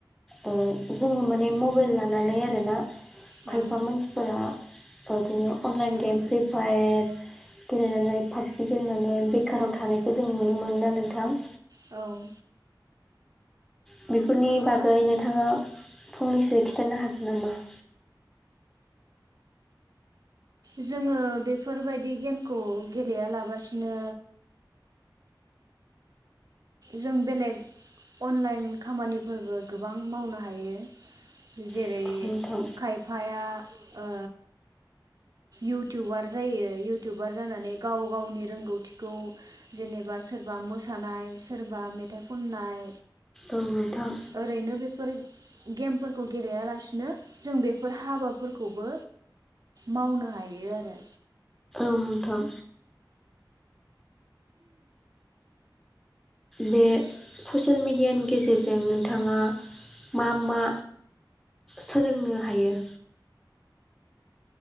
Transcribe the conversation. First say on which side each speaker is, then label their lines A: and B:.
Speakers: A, in the centre; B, on the right.
A: ओ जोङो माने मबाइल लानानै आरोना खायफा
B: ओं
A: मानसिफोरा बिदिनो अनलाइन गेम फ्रि फायार गेलेनानै पाबजि गेलेनानै बेखाराव थानायखौ जों नुनो मोनो ना नोंथां?
B: औ
A: बेफोरनि बागै नोंथाङा फंनैसो खिन्थानो हागोन नामा? <inaudible>
B: जोङो बेफोरबायदि गेमखौ गेलेयालाबसिनो जों बेलेग अनलाइन खामानिफोरबो गोबां मावनो हायो। जेरै
A: औ नोंथां
B: खायफाया ओ इउटुबार जायो इउटुबार जानानै गाव गावनि रोंगौथिखौ जेनेबा सोरबा मोसानाय सोरबा मेथाइ खननाय
A: औ नोंथां
B: ओरैनो बेफोर गेमफोरखौ गेलेयालासिनो जों बेफोर हाबाफोरखौबो मावनो हायो आरो।
A: नंगौ नोंथां। बे ससियेल मेडियानि गेजेरजों नोंथाङा मा मा सोलोंनो हायो।